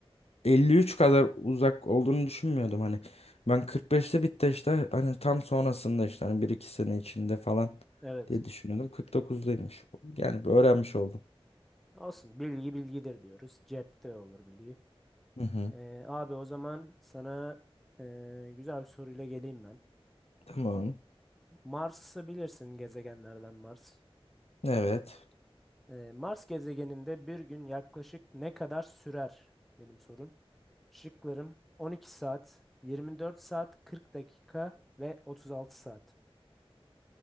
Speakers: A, on the left; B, in the centre.
A: 53 kadar uzak olduğunu düşünmüyordum hani. Ben 45'te bitti işte hani tam sonrasında işte hani bir iki sene içinde falan
B: Evet.
A: diye düşünüyordum. 49'daymış. Yani bir öğrenmiş oldum.
B: Olsun. Bilgi bilgidir diyoruz. Cepte olur bilgi.
A: Hı hı.
B: Ee, abi o zaman sana ee, güzel bir soruyla geleyim ben.
A: Tamam.
B: Mars'ı bilirsin gezegenlerden Mars.
A: Evet.
B: Ee, Mars gezegeninde bir gün yaklaşık ne kadar sürer? Benim sorum. Şıklarım 12 saat, 24 saat, 40 dakika ve 36 saat.